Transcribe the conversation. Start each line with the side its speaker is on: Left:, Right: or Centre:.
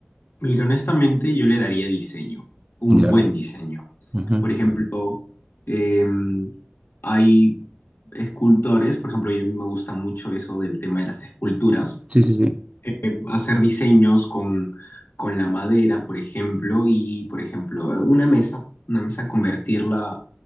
Left: Mira, honestamente yo le daría diseño, un
Right: Ya.
Left: buen diseño.
Right: Ujú.
Left: Por ejemplo, em, hay escultores, por ejemplo, y a mí me gusta mucho eso del tema de las esculturas
Right: Sí, sí, sí.
Left: eh, hacer diseños con, con la madera, por ejemplo, y, por ejemplo, eh, una mesa, una mesa convertirla